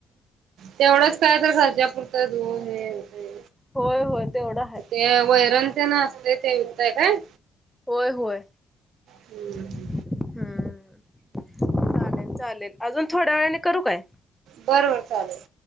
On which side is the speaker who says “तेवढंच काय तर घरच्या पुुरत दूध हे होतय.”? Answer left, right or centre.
Right